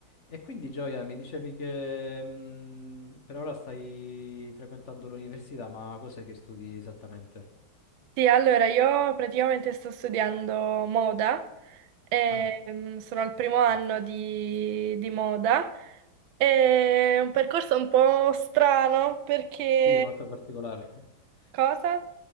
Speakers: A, on the left (about 40°); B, on the right (about 75°).
A: E quindi Gioia, mi dicevi che mm, per ora stai frequentando l'università, ma cos'è che studi esattamente?
B: Sì, allora io praticamente sto studiando moda, e,
A: Ah,
B: mm, sono al primo anno
A: bello.
B: di, di moda. È un percorso un po' strano perché...
A: Sì, è molto particolare. <laughs>
B: Cosa?